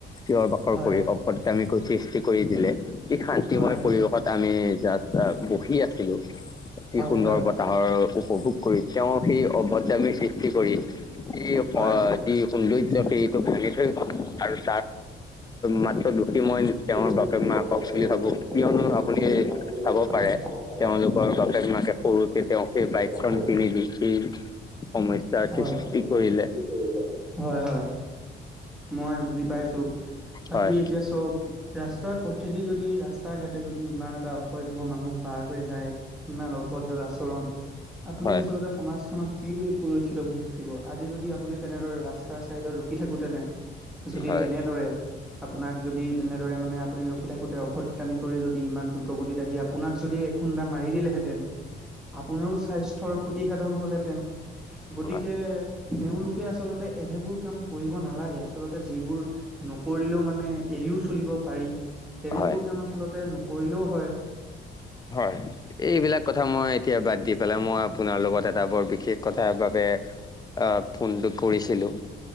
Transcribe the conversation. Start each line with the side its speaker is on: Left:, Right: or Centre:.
Left: চিঞৰ বাখৰ
Centre: হয়
Left: কৰি অভদামিকো সৃষ্টি কৰি দিলে। কি শান্তিময়
Centre: হয় হয়
Left: পৰিৱেশত আমি জাষ্ট বহি আছিলো। কি
Centre: হয়
Left: সুন্দৰ বতাহৰ উপভোগ কৰি। তেওঁ সেই অভদামীৰ সৃষ্টি কৰি এই <unintelligible>
Centre: হয় হয়
Left: এই সৌন্দৰ্য বেৰিটো ভাঙি থৈ গ'ল আৰু তাৰ দুখি মই তেওঁৰ
Centre: মই
Left: বাপেক
Centre: তেওঁৰ
Left: মাকক
Centre: বাপেক
Left: বুলি
Centre: নাথাকক
Left: ভাবো।
Centre: বুলি
Left: কিয়নো
Centre: ভাবো
Left: আপুনি
Centre: কিয়নো আপুনি
Left: চাব পাৰে।
Centre: চাব পাৰে
Left: তেওঁলোকৰ বাপেক মাকে সৰুতে তেওঁক সেই বাইকখন
Centre: হয়
Left: কিনি দি, সেই সমস্যাৰ
Centre: হয়।
Left: সৃষ্টি
Centre: তাৰপিছত
Left: কৰিলে।
Centre: হয় হয়। মই বুজি পাইছোঁ। বাকি
Left: হয়
Centre: এতিয়া চওঁক, ৰাস্তাৰ পথেদি যদি ৰাস্তা ঘাটে যদি ইমান এটা অসভ্য মানুহ পাৰ হৈ যায়। ইমান অভদ্ৰ আচৰণ। আপুনি
Left: হয়
Centre: আচলতে সমাজখনত কি বুলি সুৰক্ষিত বুলি থাকিব? আজি যদি আপুনি তেনেদৰে ৰাস্তাৰ ছাইডত ৰখি থাকোঁতেনে যদি
Left: হয়
Centre: তেনেদৰে, আপোনাক যদি তেনেদৰে মানে আপুনি ৰখি থাকোতে অভদ্ৰামি কৰি যদি ইমান দ্ৰুত গতিত আহি আপোনাক যদি এখুন্দা মাৰি দিলেহেঁতেন? আপোনাৰোঁ সাস্থ থৰ ক্ষতি সাধন হ'লেহেতেন? গতিকে
Left: হয়
Centre: তেওঁলোকে আচলতে এনেবোৰ কাম কৰিব নালাগে। আ আচলতে যিবোৰ নকৰিলেও মানে এৰিও চলিব পাৰি। তেনেবোৰ
Left: হয়।
Centre: কাম আচলতে কৰিলো হয়।
Left: হয়। এইবিলাক কথা মই এতিয়া বাদ দি পেলাই মই আপোনাৰ লগত এটা বৰ বিশেষ কথাৰ বাবে অ ফোনটো কৰিছিলোঁ